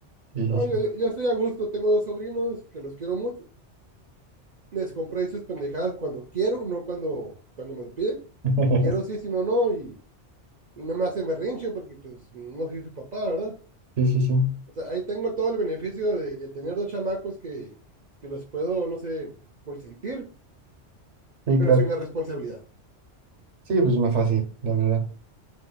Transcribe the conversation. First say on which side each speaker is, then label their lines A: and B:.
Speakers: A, on the right; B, on the right.
A: Sí,
B: No,
A: sí,
B: yo,
A: sí.
B: yo yo estoy a gusto, tengo dos sobrinos que los quiero mucho. les compro ahí sus pendejadas cuando quiero, no cuando, cuando me lo piden.
A: <laughs>
B: Si quiero, sí, si no, no. Y, y no me hace berrinche porque, pues, no soy su papá, ¿verdad?
A: Sí, sí, sí.
B: O sea, ahí tengo todo el beneficio de, de tener dos chamacos que, que los puedo, no sé, consentir,
A: Sí,
B: pero
A: claro.
B: sin la responsabilidad.
A: Sí, pues más fácil, la verdad.